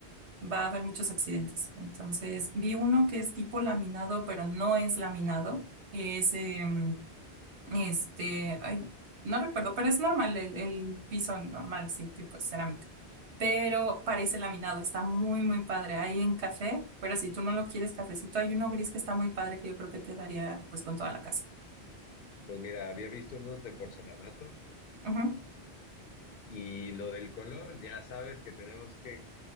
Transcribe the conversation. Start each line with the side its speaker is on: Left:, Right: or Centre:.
Right: va a haber muchos accidentes. Entonces, vi uno que es tipo laminado, pero no es laminado. Es em, Este, ay, no recuerdo, pero es normal, el, el piso normal, sí, tipo cerámica. Pero
Left: Ah,
Right: parece laminado, está muy, muy padre. Hay en café, pero si tú no lo quieres cafecito, hay uno gris que está muy padre que yo creo que quedaría pues con toda la casa.
Left: Pues mira, había visto unos de porcelanato
Right: Ujú.
Left: y lo del color, ya sabes que tenemos que